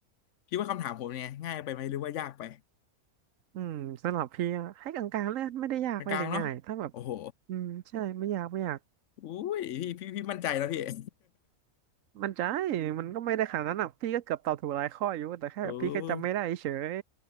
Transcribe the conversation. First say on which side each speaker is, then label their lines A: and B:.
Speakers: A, on the left; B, on the right.
A: พี่ว่าคำถามผมเนี่ยง่ายไปไหมหรือว่ายากไป
B: อืมสำหรับพี่อะให้กลางๆเลยไม่ได้ยากไม่ได้ง่ายถ้าแบบ
A: กลางๆเนาะโอ้โห
B: อืมใช่ไม่ยากไม่ยาก
A: อุ้ยพี่พี่พี่มั่นใจแล้วพี่ <laughs>
B: มันใจมันก็ไม่ได้ขนาดนั้นอ่ะพี่ก็เกือบตอบถูกหลายข้ออยู่แต่แค่พี่ก็จำไม่ได้เฉย
A: โอ้